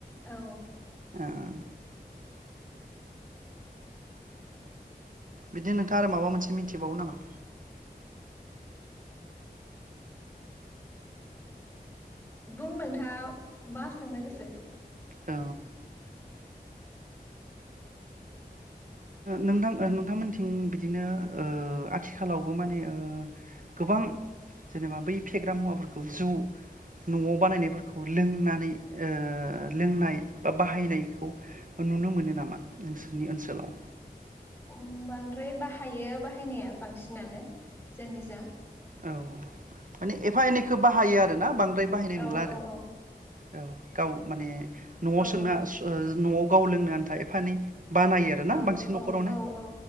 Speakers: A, on the left (about 15°); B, on the right (about 55°).
A: औ
B: ओं बिदिनो नोंथाङा आरो माबा मोनसे मिथिबावो नामा?
A: बुं नोंथाङा मा सोंनो गोसो।
B: औ। नोंथां नोंथांमोनथिं बिदिनो ओ आथिखालावबो ओ माने गोबां जेनेबा बै फेग्रा मुवाफोरखौ जौ न'आव बानायनायफोरखौ लोंनानै लोंनाय बा बाहायनायखौ नुनो मोनो नामा नोंसोरनि ओनसोलाव?
A: औ बांद्राय बाहायो बाहायनाया बांसिनानो जोंनि जा।
B: औ माने एफा एनैखौ बाहायो आरो ना बांद्राय बाहायनाय
A: औ
B: नुला आरो।
A: औ औ
B: औ गाव माने न'आव
A: औ
B: सोंना सो न'आव गाव लोंनो आन्था एफा एनै बानायो आरोना
A: औ
B: बांसिन न'खरावनो
A: औ औ औ